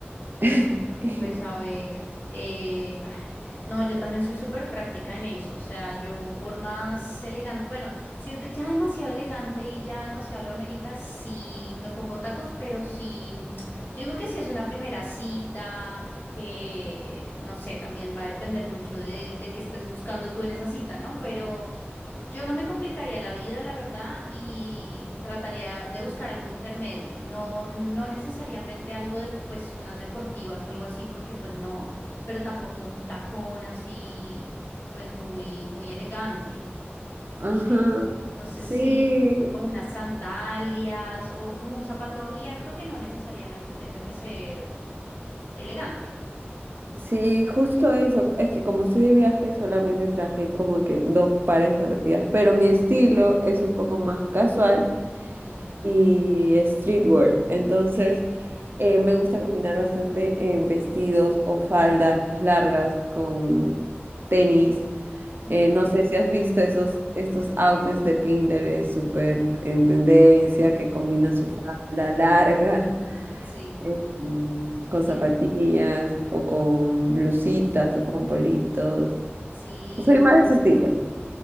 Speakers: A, on the right; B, on the left.
A: <laughs>
B: Pues a ver, eh, ay, no, yo también soy súper práctica en eso, o sea, yo por más elegante, bueno, si es de ya demasiado elegante y ya demasiado lo amerita, sí me pongo tacos, pero sí, yo digo que si es una primera cita, que no sé, también va a depender mucho de, de qué estés buscando tú en esa cita, ¿no? Pero... Yo no me complicaría la vida, la verdad, y trataría de buscar algo intermedio, no, no necesariamente algo de pues unas deportivas o algo así, porque pues no, pero tampoco un tacón así, pues muy, muy elegante. No
A: Ajá.
B: sé, no sé
A: Sí,
B: si como unas sandalias o como un zapato abierto que no necesariamente tenga que ser elegante.
A: Sí, justo eso. Es que como estoy de viaje, solamente traje como que dos pares de zapatillas, pero mi estilo es un poco más casual
B: Ujú,
A: y streetwear. Entonces, eh, me gusta combinar bastante eh, vestidos o faldas largas con tenis.
B: ujú,
A: Eh, no sé si has visto esos, estos outfits de Pinterest súper en tendencia que combinan
B: <laughs>
A: su
B: ujú.
A: falda larga
B: Sí,
A: eh, mm, con zapatillas
B: y
A: o con blusitas o con politos.
B: sí,
A: Soy
B: totalmente.
A: más de ese estilo.